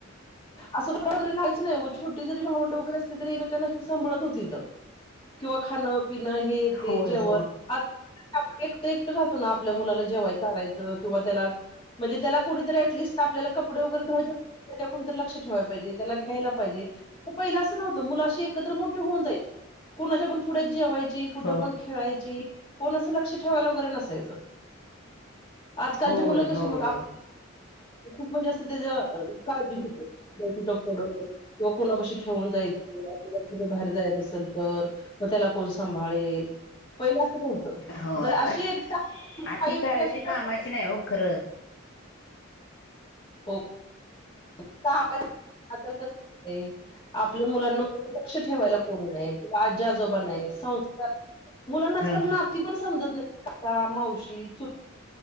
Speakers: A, on the left; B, on the left.
A: असं का वगैरे नाहीचं नाही, छोटी जरी भावंडं वगैरे असली तरी एकेकांनाशी सांबाळत होतीत. किंवा खाणं -पिणं हे
B: होय
A: ते जेवण,
B: हो
A: आज आपण एकट -एकट जातो ना आपल्या मुलाला जेवाय चारायचं किंवा त्याला म्हणजे त्याला कुणीतरी ॲलिस्ट आपल्याला कपडे वगैरे धुवायचे असत्यात. कोणतर लक्ष ठेवाय पाहिजे, त्याला घ्यायला पाहिजे, पहिलं असं नव्हतं मुलं अशी एकत्र मोठी होऊन जायची. कोणाच्यापण फुड्यात जेवायची कुठ
B: हो
A: पण खेळायची, कोण अस लक्ष ठेवायला वगैरे नसायच. आजकालची
B: होय
A: मुलं कशी
B: होय
A: मग, आप खूप म्हणजे असत त्येज काळजी नव्हती. कुठं पडल किंवा कोणापशी ठेवून जायच. कुठे बाहेर जायाच असेल तर, मग त्याला कोण सांभाळेल. पहिला असं नव्हतं.
B: होय,
A: जर
B: पण
A: अशी आई
B: अती
A: वगैरे
B: काळजी
A: अशी
B: कामाची
A: टाकून द्यायची.
B: नाही हो. खर.
A: <unintelligible> आपल्या मुलांना लक्ष ठेवायला कोण नाही, किंवा आजी- आजोब नाहीत. संस्कार मुलांना आजकाल
B: ह
A: नाती पण समजत नाही, काका -मावशी, चु